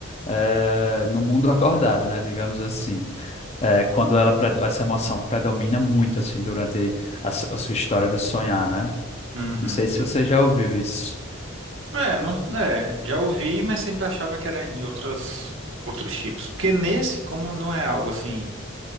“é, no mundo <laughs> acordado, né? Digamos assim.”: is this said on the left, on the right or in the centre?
Left